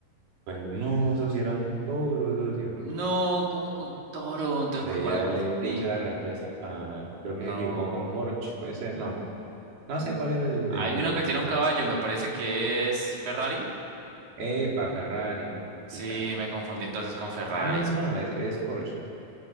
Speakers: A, on the right; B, on the right.
A: Pues no, eso sí era un toro, socio.
B: No, como con toro? Entonces,
A: De
B: ¿por cuál
A: ya
B: la confundí?
A: le he dicho las respuestas para Creo
B: No.
A: que se equivocó con Porsche, puede ser. No, no
B: Mm,
A: sé cuál era el de...
B: Hay uno que tiene un caballo, me parece que es Ferrari.
A: Epa, Ferrari,
B: Sí,
A: quizá.
B: me confundí entonces con Ferrari.
A: Ah, no, no, no, es, es Porsche.